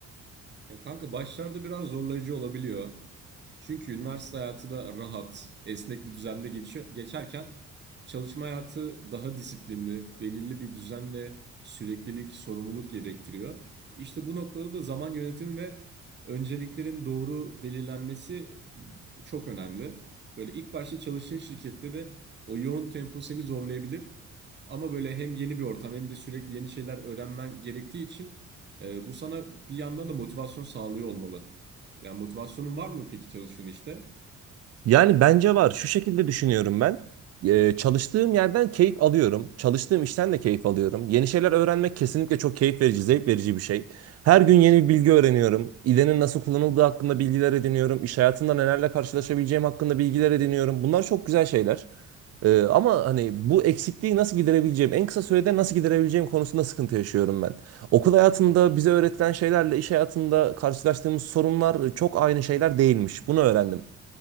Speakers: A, on the right; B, on the right.
A: Ya kanka başlarda biraz zorlayıcı olabiliyor. Çünkü üniversite hayatı da rahat, esnek bir düzende geçiyor, geçerken çalışma hayatı daha disiplinli, belirli bir düzen ve süreklilik, sorumluluk gerektiriyor. İşte bu noktada da zaman yönetimi ve önceliklerin doğru belirlenmesi çok önemli. Böyle ilk başta çalıştığın şirkette de o yoğun tempo seni zorlayabilir. Ama böyle hem yeni bir ortam hem de sürekli yeni şeyler öğrenmen gerektiği için e, bu sana bir yandan da motivasyon sağlıyor olmalı. Yani motivasyonun var mı peki çalıştığın işte?
B: Yani bence var. Şu şekilde düşünüyorum ben. Ee, çalıştığım yerden keyif alıyorum. Çalıştığım işten de keyif alıyorum. Yeni şeyler öğrenmek kesinlikle çok keyif verici, zevk verici bir şey. Her gün yeni bir bilgi öğreniyorum. İDE'nin nasıl kullanıldığı hakkında bilgiler ediniyorum. İş hayatında nelerle karşılaşabileceğim hakkında bilgiler ediniyorum. Bunlar çok güzel şeyler. Ee, ama hani bu eksikliği nasıl giderebileceğim, en kısa sürede nasıl giderebileceğim konusunda sıkıntı yaşıyorum ben. Okul hayatında bize öğretilen şeylerle iş hayatında karşılaştığımız sorunlar çok aynı şeyler değilmiş. Bunu öğrendim.